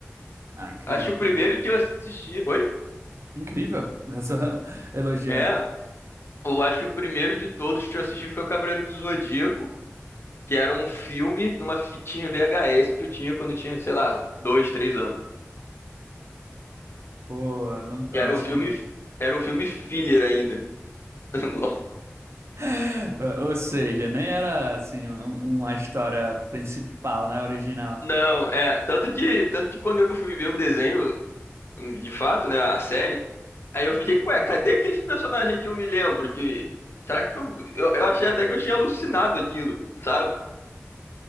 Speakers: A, on the right; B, on the left.
A: Ah, incrível,
B: Acho que
A: incrível.
B: o primeiro que eu assisti. Oi?
A: Incrível, essa <laughs> elogiando.
B: É, eu acho que o primeiro de todos que eu assisti foi o Cavaleiro do Zodíaco, que era um filme numa fitinha VHS que eu tinha quando eu tinha, sei lá, dois, três anos.
A: Pô, não, eu
B: Que era
A: acho
B: um filme,
A: que.
B: era um filme filler ainda. <laughs>
A: <laughs> Ou seja, nem era assim um- uma história principal, né? Original.
B: Não, é, tanto que, tanto que quando eu fui ver o desenho, de fato, né, a série, aí eu fiquei, ué, cadê aqueles personagens que eu me lembro? Que, será que eu, eu, eu achei até que eu tinha alucinado aquilo, sabe?